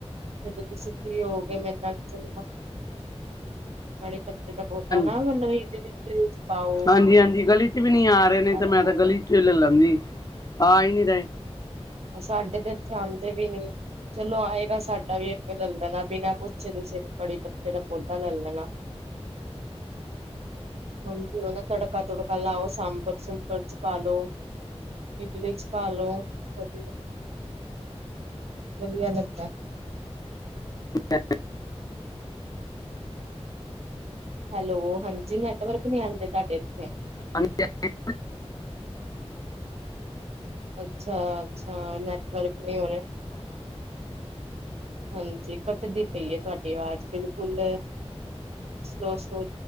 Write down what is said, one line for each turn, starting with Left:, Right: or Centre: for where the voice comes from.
Right: ਜਦੋਂ ਤੁਸੀਂ ਫ੍ਰੀ ਹੋਗੇ, ਮੇਰੇ ਨਾਲ ਚਲਨਾ। ਕਾਲੀ ਪੱਤੇ ਦਾ ਪੌਦਾ
Left: ਹਾਂਜੀ
Right: ਨਾ ਮਤਲਬ ਇਹ ਦੇ ਰੀਜ਼ ਪਾਓ।
Left: ਹਾਂਜੀ ਹਾਂਜੀ ਗਲੀ 'ਚ ਵੀ ਨਹੀਂ ਆ ਰਹੇ ਨੇ ਤੇ
Right: ਲਗਾ
Left: ਮੈਂ ਤਾਂ
Right: ਲਓ।
Left: ਗਲੀ ਚ' ਲੈ ਲੈਂਦੀ। ਆ ਹੀ ਨੀ ਰਹੇ।
Right: ਸਾਡੇ ਤੇ ਇੱਥੇ ਆਉਂਦੇ ਵੀ ਨੀ। ਚਲੋ ਆਏਗਾ ਸਾਡਾ ਵੀ ਇੱਕ ਲੈ ਲੈਣਾ ਬਿਨਾਂ ਪੁੱਛੇ ਤੁਸੀਂ ਕੜੀ ਪੱਤੇ ਦਾ ਪੌਦਾ ਲੈ ਲੈਣਾ। ਹਾਂਜੀ। ਉਹਦਾ ਤੜਕਾ- ਤੜਕਾ ਲਾਓੋ, ਸਾਂਬਰ- ਸੁਬਰ ਚ' ਪਾ ਲੋ। ਇਡਲੀ ਚ' ਪਾਲੋ। ਵਧੀਆ। ਵਧੀਆ ਲੱਗਦਾ।
Left: ਅ <unintelligible>
Right: ਹੈਲੋ, ਹਾਂਜੀ ਨੈਟਵਰਕ ਨਹੀਂ ਆਉਂਦੇ ਤੁਹਾਡੇ ਇੱਥੇ?
Left: <unintelligible>
Right: ਅੱਛਾ- ਅੱਛਾ, ਨੈਟਵਰਕ ਨਹੀਂ ਹੋਣੇ। ਹਾਂਜੀ। ਕੱਟਦੀ ਪਈ ਹੈ ਤੁਹਾਡੀ ਆਵਾਜ਼ ਬਿਲਕੁਲ, ਸਲੋ -ਸਲੋ।